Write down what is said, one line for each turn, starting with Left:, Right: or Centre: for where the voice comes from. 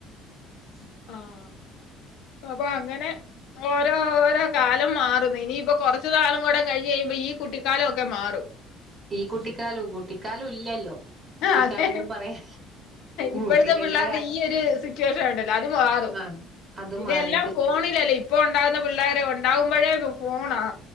Right: ഉം
Left: ആഹ് അപ്പൊ അങ്ങനെ ഓരോരോ കാലം മാറുന്നു ഇനിയിപ്പോ കൊറച്ചു നാളും കൂടെ കഴിഞ്ഞ ഇപ്പോ ഈ കുട്ടിക്കാലൊക്കെ മാറും
Right: ഈ കുട്ടിക്കാലും കുട്ടിക്കാലു ഇല്ലല്ലോ കുട്ടിക്കാലംന്ന്
Left: അതെ
Right: പറയാ
Left: ഇപ്പോഴത്തെ
Right: കുട്ടികളുടെ
Left: പിള്ളേര്ടെ ഈ ഒരു സിറ്റുവേഷൻണ്ടല്ലോ അത് മാ റും
Right: ആഹ് അത്
Left: പിന്നെല്ലാം
Right: മാറിട്ട്
Left: ഫോണിലല്ലെ ഇപ്പൊണ്ടാകുന്ന പിള്ളേരെ ഉണ്ടാകുമ്പഴേ ഫോണ